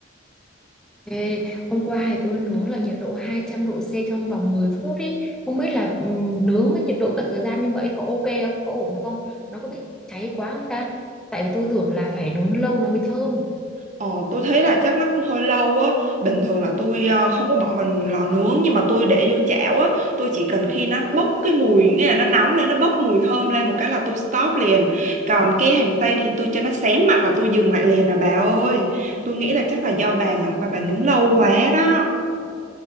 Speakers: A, in the centre; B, on the right.
A: Ê, hôm qua thì tôi nướng là nhiệt độ 200 độ C trong vòng 10 phút đi. Không biết là ừm, nướng với nhiệt độ cả thời gian như vậy có ok không? Có ổn không? Nó có bị cháy quá không ta? Tại vì tôi tưởng là phải nướng lâu nó mới thơm.
B: Ờ, tôi thấy là chắc nó cũng hơi lâu á Bình thường là tôi ờ, không có bỏ vào lò nướng Nhưng mà tôi để vô chảo á Tôi chỉ cần khi nó bốc cái mùi Nghĩa là nó nóng lên, nó bốc mùi thơm lên Một cái là tôi stop liền Còn cái hành tây thì tôi cho nó xém mặt là tôi dừng lại liền à bà ơi Tôi nghĩ là chắc là do bà ngày hôm qua bà nướng lâu quá đó